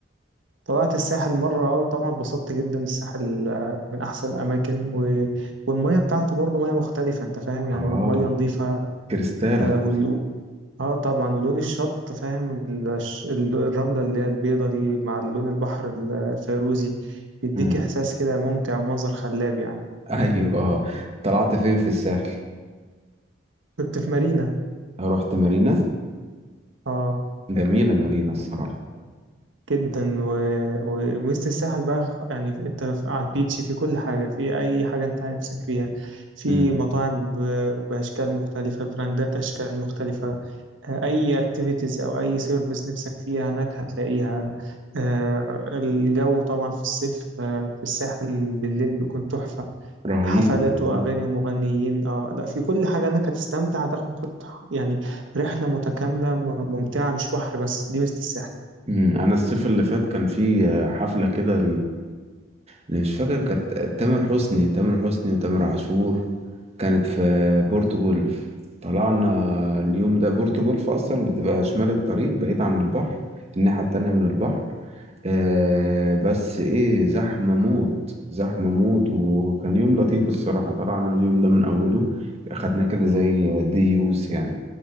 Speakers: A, on the right; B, on the right.
A: طلعت الساحل مرة آه، وطبعا اتبسطت جدا الساحل آه، من أحسن الأماكن و... والمية بتاعته برضه مية مختلفة أنت فاهم
B: اه
A: يعني مية نظيفة
B: كريستالة
A: آه, وال... آه طبعا ولون الشط فاهم الش... الرملة اللي هي البيضة دي مع لون البحر الفيروزي بيديك
B: مم.
A: إحساس كده ممتع ومنظر خلاب يعني
B: ايوه اه طلعت فين في الساحل؟
A: كنت في مارينا
B: رحت مارينا
A: آه
B: جميلة مارينا الصراحة
A: جدا و... و- ووسط الساحل بقى يعني انت في- على البيتش في كل حاجة في أي حاجة انت نفسك فيها في
B: مم.
A: مطاعم ب... بأشكال مختلفة براندات أشكال مختلفة آه، أي اكتيفيتيز أو أي سيرفيس نفسك فيها هناك هتلاقيها آه، الجو طبعا في الصيف آه، في الساحل بالليل بيكون تحفة
B: رهيب
A: حفلات
B: رهيب
A: وأغاني ومغنيين اه لا في كل حاجة انك هتستمتع هتاخد يعني رحلة متكاملة م- ممتعة مش بحر بس دي ميزة الساحل
B: مم. انا الصيف اللي فات كان في حفلة كده مش فاكر كانت تامر حسني تامر حسني وتامر عاشور كانت في بورتو جولف طلعنا اليوم ده بورتو جولف اصلا بتبقى شمال الطريق بعيد عن البحر الناحية التانية من البحر آه بس ايه زحمة موت زحمة موت وكان يوم لطيف الصراحة طلعنا اليوم ده من اوله خدنا كده زي ديوس يعني